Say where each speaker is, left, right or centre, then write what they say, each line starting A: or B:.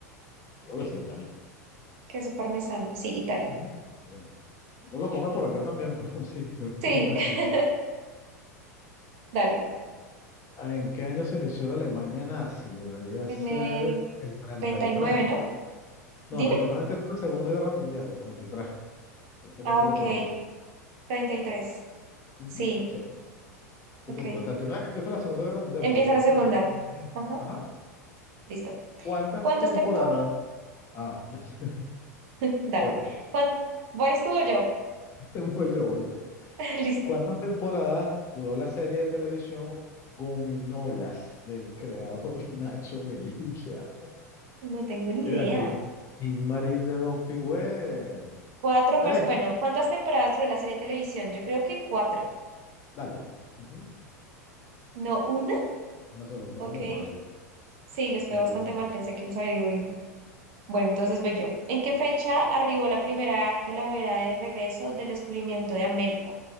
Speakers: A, on the left; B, on the right.
A: Creo que sí, Italia.
B: Queso parmesano, sí, Italia.
A: Ujú. O sea, uno lo come por acá también, pero <laughs> sí, creo que
B: Sí,
A: Italia.
B: <laughs> dale.
A: Ah, ¿En qué año se inició la Alemania nazi? Debería ser
B: En el
A: el treinta
B: treinta
A: y
B: y
A: tres
B: nueve
A: ¿no?
B: ¿no? Dime.
A: No, el 39 empieza la Segunda Guerra Mundial, el 33 eso
B: Ah,
A: casi
B: ok.
A: que te lo pongo.
B: treinta y tres
A: Ujú,
B: Sí,
A: Sí. es
B: ok.
A: importante. no es que empieza la Segunda Guerra Mundial,
B: Empieza
A: pero ya el
B: la
A: movimiento
B: segunda.
A: no
B: Ajá,
A: Ajá.
B: listo.
A: ¿Cuántas
B: cuántas
A: temporadas?
B: temporadas?
A: Ah, <laughs>
B: <laughs> Dale.
A: voy,
B: ¿Cuán... ¿Voy tú o yo?
A: <laughs> voy yo, voy yo.
B: <laughs> Listo.
A: ¿Cuántas temporadas duró la serie de televisión Gominolas del creador <laughs> Nacho Velilla?
B: No tengo ni
A: Mira
B: idea.
A: a ti. Gil Marín de Dos Pigüé.
B: Cuatro personas.
A: Tres.
B: Bueno, ¿cuántas temporadas duró la serie de televisión? Yo creo que cuatro.
A: Dale, bueno. Ujú.
B: ¿No una?
A: Una sola, fue
B: Ok.
A: como mal.
B: Sí, les
A: Pero
B: fue bastante
A: mm,
B: mal. Pensé que les había ido bien. Bueno, entonces voy yo. ¿En qué fecha arribó la primera calavera de regreso del descubrimiento de América?